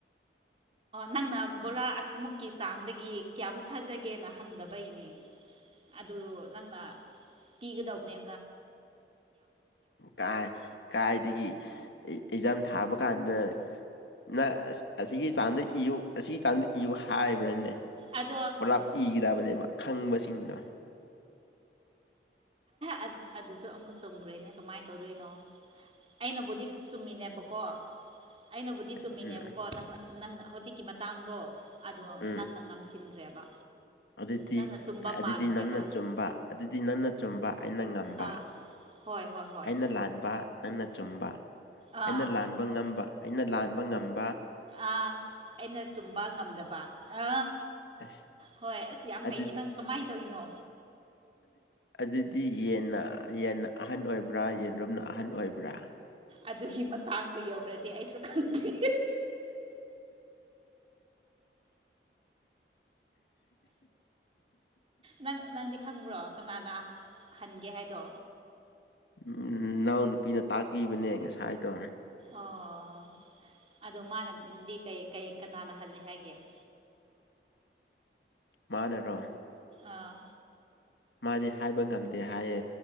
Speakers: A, on the right; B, on the left.
A: ꯅꯪꯅ ꯕꯣꯔꯥ ꯑꯁꯤꯃꯨꯛꯀꯤ ꯆꯥꯡꯗꯒꯤ ꯀꯌꯥꯃꯨꯛ ꯊꯥꯖꯒꯦꯅ ꯍꯪꯗꯕꯒꯤꯅꯤ ꯑꯗꯨ ꯅꯪꯅ ꯄꯤꯒꯗꯧꯕꯅꯦ
B: ꯀ ꯀꯥꯏꯗꯒꯤ ꯑꯦꯛꯖꯥꯝ ꯊꯥꯕ ꯀꯥꯟꯗ ꯅ ꯑꯁꯤꯒꯤ ꯆꯥꯡꯗ ꯏꯌꯨ ꯑꯁꯤ ꯆꯥꯡꯗ ꯏꯌꯨ ꯍꯥꯏꯕ꯭ꯔꯅꯦ
A: ꯑꯗꯣ
B: ꯄꯨꯂꯞ ꯏꯒꯗꯕꯅꯦꯕ ꯈꯪꯕꯁꯤꯡꯗꯣ
A: ꯑ ꯑꯗꯨꯁꯨ ꯑꯃꯨꯛꯀ ꯆꯨꯝꯈ꯭ꯔꯦꯅꯦ ꯀꯃꯥꯏꯅ ꯇꯧꯗꯣꯏꯅꯣ ꯑꯩꯅꯕꯨꯗꯤ ꯆꯨꯝꯃꯤꯅꯦꯕ ꯀꯣ ꯑꯩꯅꯕꯨꯗꯤ
B: ꯑꯁ
A: ꯆꯨꯝꯃꯤꯅꯦꯕꯀꯣ
B: ꯎꯝ
A: ꯅꯪꯅ ꯅꯪꯅ ꯍꯧꯖꯤꯛꯀꯤ ꯃꯇꯥꯡꯗꯣ ꯑꯗꯣ
B: ꯎꯝ
A: ꯅꯪꯅ ꯉꯝꯁꯤꯟꯈ꯭ꯔꯦꯕ
B: ꯑꯗꯨꯗꯤ
A: ꯅꯪꯅ ꯆꯨꯝꯕ
B: ꯑꯗꯨꯗꯤ
A: ꯃꯥꯟꯈ꯭ꯔꯦꯕ
B: ꯅꯟꯅ ꯆꯨꯝꯕ ꯑꯗꯨꯗꯤ ꯅꯟꯅ ꯆꯨꯝꯕ ꯑꯩꯅ ꯉꯝꯕ
A: ꯑꯥ ꯍꯣꯏ ꯍꯣꯏ ꯍꯣꯏ
B: ꯑꯩꯅ ꯂꯥꯟꯕ ꯅꯪꯅ ꯆꯨꯝꯕ
A: ꯑꯥ
B: ꯑꯩꯅ ꯂꯥꯟꯕ ꯉꯝꯕ ꯑꯩꯅ ꯂꯥꯟꯕ ꯉꯝꯕ
A: ꯑ ꯑꯩꯅ ꯆꯨꯝꯕ ꯉꯝꯗꯕ ꯑ
B: ꯑꯁ
A: ꯍꯣꯏ ꯑꯁ ꯌꯥꯝ
B: ꯑꯗꯨ
A: ꯍꯩꯌꯦ ꯅꯪ ꯀꯃꯥꯏꯅ ꯇꯧꯔꯤꯅꯣ
B: ꯑꯗꯨꯗꯤ ꯌꯦꯟꯅ ꯌꯦꯟꯅ ꯑꯍꯟ ꯑꯣꯏꯕ꯭ꯔꯥ ꯌꯦꯟꯔꯨꯝꯅ ꯑꯍꯟ ꯑꯣꯏꯕ꯭ꯔꯥ
A: ꯑꯗꯨꯒꯤ ꯃꯇꯥꯡꯗꯣ ꯌꯧꯈ꯭ꯔꯗꯤ ꯑꯩꯁꯨ ꯈꯪꯗꯦ ꯅꯪ ꯅꯪꯗꯤ ꯈꯪꯕ꯭ꯔꯣ ꯀꯅꯥꯅ ꯍꯟꯒꯦ ꯍꯥꯏꯗꯣ
B: ꯎꯝ ꯅꯅꯥꯎ ꯅꯨꯄꯤꯅ ꯇꯥꯛꯄꯤꯕꯅꯦ ꯉꯁꯥꯏꯗꯣ
A: ꯑꯣ ꯑꯗꯣ ꯃꯥꯅꯗꯤ ꯀꯩ ꯀꯩ ꯀꯅꯥꯅ ꯍꯜꯂꯦ ꯍꯥꯏꯒꯦ <unintelligible>
B: ꯃꯥꯅꯔꯣ꯫
A: ꯑꯥ
B: ꯃꯥꯗꯤ ꯍꯥꯏꯕ ꯉꯝꯗꯦ ꯍꯥꯏꯌꯦ